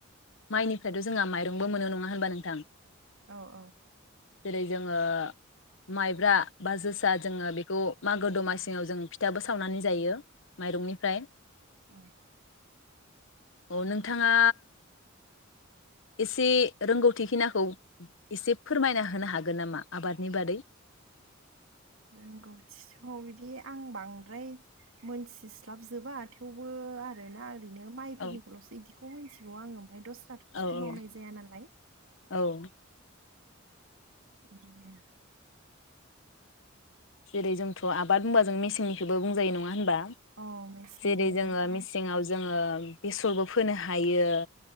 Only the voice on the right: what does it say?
ओं, औ
उम
रोंगौथिथ बिदि आं बांद्राय मोनथिस्लाबजोबा थेवबो आरोना रैनो माइ
फोरनिखौलसो इदिखौ मोनथि बेआव आङो ओमफ्राय दस्राथ'
खिथि मावनाय जाया नालाय
इदिनो
अ मेसेंनियाथ'